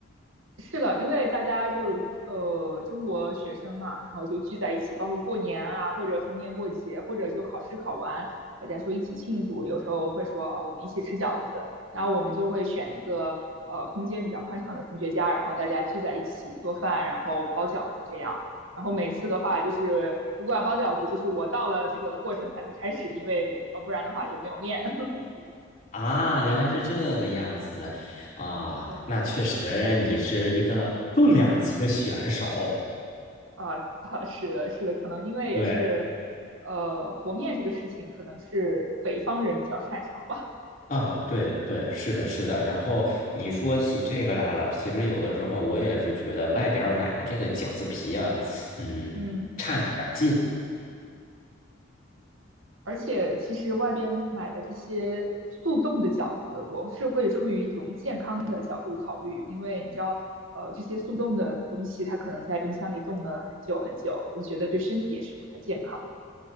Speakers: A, on the right; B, on the left.
A: 是的，因为大家就呃中国学生嘛，然后就聚在一起，包括过年啊，或者逢年过节，或者就考试考完，大家说一起庆祝，有时候会说啊我们一起吃饺子，然后我们就会选一个呃空间比较宽敞的同学家，然后大家聚在一起做饭，然后包饺子这样。然后每次的话就是如果要包饺子，就是我到了这个过程才能开始，因为呃不然的话就没有面。<laughs>
B: 啊，原来是这个样子啊，
A: 对，
B: 那确实你是一个重量级的选手，
A: 啊啊，是的，是的，可能因为也是，
B: 对。
A: 呃，和面这个事情可能是北方人比较擅长吧。
B: 啊，对对，是的，是的。然后你说起这个来了，其实有的时候我也是觉得外边儿买的这个饺子皮啊，嗯，
A: 嗯
B: 差那点儿劲。
A: 而且其实外边买的这些速冻的饺子，我是会出于一种健康的考虑，因为你知道，呃，这些速冻的东西它可能在冰箱里冻了很久很久，我觉得对身体也是不太健康的。